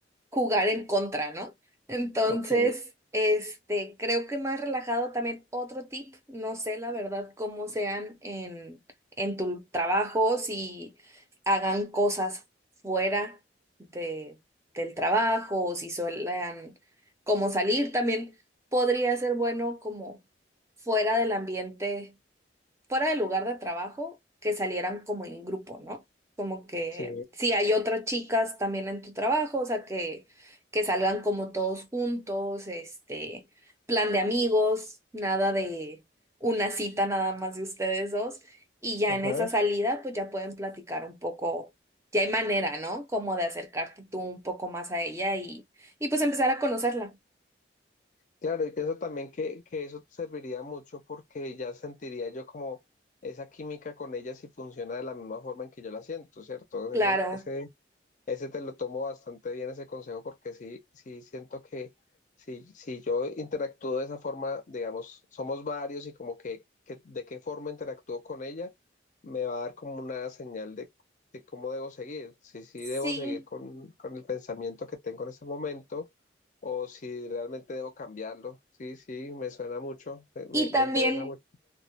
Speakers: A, on the right (about 15°); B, on the left (about 40°).
A: jugar en contra, ¿no? Entonces,
B: Ok,
A: este, creo que más relajado también otro tip, no sé la verdad cómo sean en, en tu trabajo, si hagan cosas fuera de, del trabajo o si suelen como salir, también podría ser bueno como fuera del ambiente fuera del lugar de trabajo, que salieran como en grupo, ¿no? Como que
B: sí,
A: si hay otras chicas también en tu trabajo, o sea, que, que salgan como todos juntos, este, plan de amigos, nada de una cita nada más de ustedes dos, y ya
B: ajá.
A: en esa salida, pues ya pueden platicar un poco, ya hay manera, ¿no? Como de acercarte tú un poco más a ella y, y pues empezar a conocerla.
B: Claro, y pienso también que, que eso serviría mucho porque ya sentiría yo como esa química con ella si funciona de la misma forma en que yo la siento, ¿cierto?
A: Claro,
B: Eso, ese, Ese te lo tomo bastante bien, ese consejo, porque sí, sí siento que si, si yo interactúo de esa forma, digamos, somos varios y como que, que de qué forma interactúo con ella, me va a dar como una señal de, de cómo debo seguir, si sí
A: sí.
B: debo seguir con, con el pensamiento que tengo en ese momento o si realmente debo cambiarlo. Sí, sí, me suena mucho, me, me-
A: Y
B: me
A: también...
B: interesa mucho.